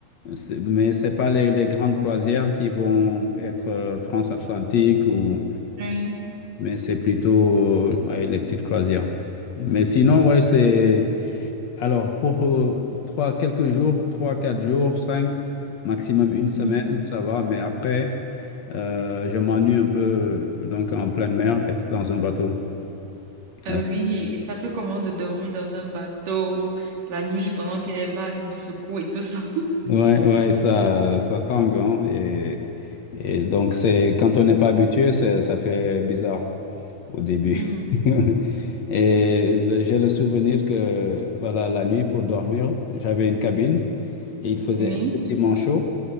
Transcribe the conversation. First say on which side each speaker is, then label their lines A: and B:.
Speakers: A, on the left; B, on the right.
A: C'est- Mais ce n'est pas les, les grandes croisières qui vont être euh, transatlantiques ou
B: Oui.
A: mais c'est plutôt euh, ouais, les petites croisières. Mais sinon, ouais, c'est alors pour euh, trois, quelques jours, trois, quatre jours, cinq, maximum une semaine,
B: Mhm.
A: ça va. Mais après, euh, je m'ennuie un peu donc en pleine mer, être dans un bateau.
B: Euh,
A: Euh,
B: oui, et ça fait comment de dormir dans un bateau la nuit pendant que les vagues vous secouent et tout ça? <laughs>
A: ouais, ouais, ça, ça tangue, hein, et, et donc c'est quand on n'est pas habitué, c'est- ça fait bizarre. au début.
B: Hmm.
A: <laughs> Et le- j'ai le souvenir que voilà, la nuit pour dormir, j'avais une cabine et il faisait
B: Oui,
A: excessivement chaud.